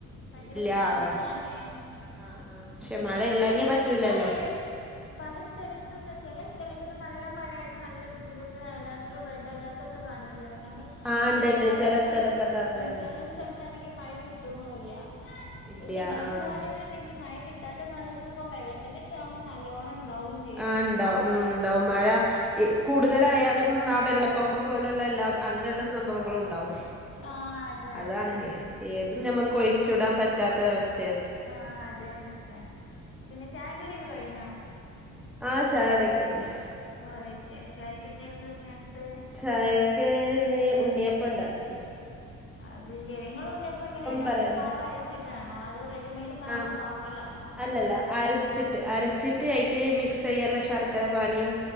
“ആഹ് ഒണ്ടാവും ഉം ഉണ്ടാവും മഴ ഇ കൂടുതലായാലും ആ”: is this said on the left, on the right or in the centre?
Centre